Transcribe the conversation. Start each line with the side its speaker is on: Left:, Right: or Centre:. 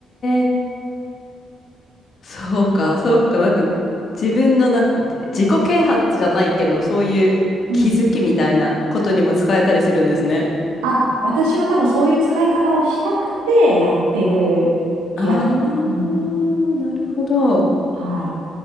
Left: え。そうか、そうか。なんか、自分のなんか、自己啓発じゃないけど、そういう気づきみたいなことにも使えたりするんですね。
Right: うん。あ、私は多分そういう使い方をしたくてやってる気がします。
Left: ああ、
Right: うん。
Left: なるほど。
Right: はい。